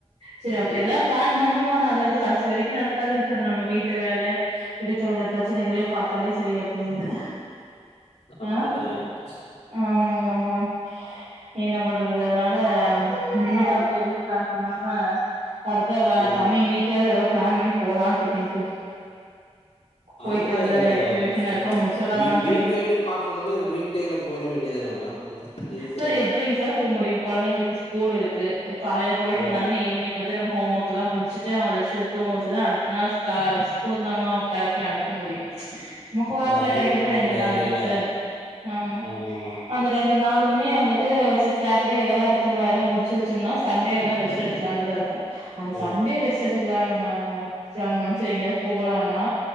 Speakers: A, on the right; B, on the left.
A: சேர் அப்படி
B: ம்.
A: எதாவ் பிளான் பண்ணுவோ அனா அது வந்து கடைசி வரைக் கு நடக்காதுங் சார் நம்ம வீட்டு வேல இருக்கறத பிரச்சனைகளே பாத் தாலே செரியா போயிருது
B: அப்படிதான்
A: அ
B: ஆயிப்போச்சு.
A: ஆமாங்க ஆமாங்க என்ன பண்றது அதனால இனிமேட்டு அப்படி எது பிளான் பண்ணாம <unintelligible>
B: ம்.
A: கம்மிங் வீக் வேற எதோ பிளான் பண்ணி போலான்ருக்கேங் சார் போயிட்டு
B: அந்த
A: வந்து எக்ஸிபிஷன்
B: <inaudible>
A: அதுக்குள்ள முடிச்சர்றாங்களான்
B: வீ வீக்
A: தெரில
B: எண்டு பாக்கறதுல வீக்டேல போயிற வேண்டியதான மேடம் கொஞ்சம் ஈஸியா
A: சார்
B: இருக்கும்ல.
A: எப்படிங்க சார் போ முடியு கொழந்தைங்களுக்கு ஸ் கூல் இருக்கு காலைல போயிட்டு
B: ஓ!
A: வந்தாங்கனு ஈவினிங் வந்து நம்ம ஹோம் ஒர்க் க்குலா முடிச்சிட்டு அவ ரெஸ்ட் எடுத்து தூங்க வெச்சாதா அடுத்த நாள் ஸ்க ஸ்கூலுக்கு நம்ம கெளப்பி அனுப்ப முடியு நமக்கு வாரத்துல
B: ஓ! அத
A: கெடைக்கறது
B: பிளான் பண்ண
A: ரெண்டு
B: முடியாது
A: நாள்
B: இல்லைங்களா?
A: தாங் சார் ஆமா
B: ஆமாமா.
A: அந்த ரெண்டு நாளுமே வந்துட்டு சர் சேட்டர்டே இதல்லா இருக்கற வேளலா முடிச்சு வெச்சம்ன்னா சண்டே ஒருநாள் ரெஸ்ட் எடுக்கலான்ட்டுதா இருக்கு அந்த
B: ம்.
A: சண்டே ரெஸ்ட் எடுக்கலா நம்ம <unintelligible> செர் எங்கயாது போலா ன்னா